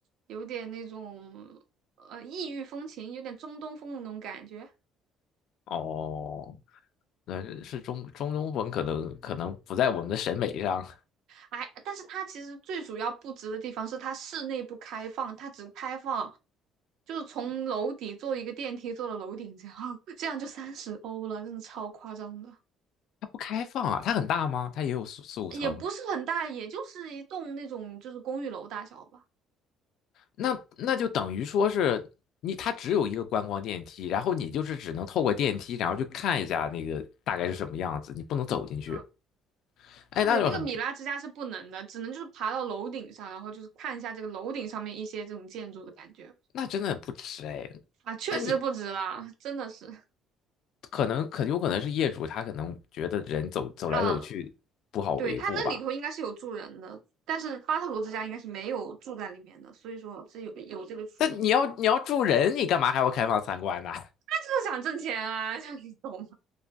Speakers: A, on the right (about 70°); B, on the left (about 65°).
A: 有点那种呃异域风情，有点中东风的那种感觉。
B: 哦，那是是中中东风，可能可能不在我们的审美上，
A: 哎，但是它其实最主要不值的地方是它室内不开放，它只开放就是从楼底坐一个电梯坐到楼顶这样，<laughs> 这样就三十欧了，真的超夸张的，
B: 它不开放啊，它很大吗？它也有四四五层，
A: 也不是很大，也就是一栋那种就是公寓楼大小吧。
B: 那那就等于说是你它只有一个观光电梯，然后你就是只能透过电梯，然后去看一下那个大概是什么样子，你不能走进去，
A: 嗯。
B: 哎，
A: 对，
B: 那就很
A: 那个米拉之家是不能的，只能就是爬到楼顶上，然后就是看一下这个楼顶上面一些这种建筑的感觉
B: 那真的不值哎。
A: 啊，确实不值啦，
B: 那你
A: 真的是。
B: 可能很有可能是业主他可能觉得人走走来走去不好维护吧。
A: 嗯，对，它那里头应该是有住人的，但是巴特罗之家应该是没有住在里面的，所以说是有有这个区别。
B: 但你要你要住人，你干嘛还要开放参观呢？
A: 他就是想挣钱啊，<laughs> 像你懂吗？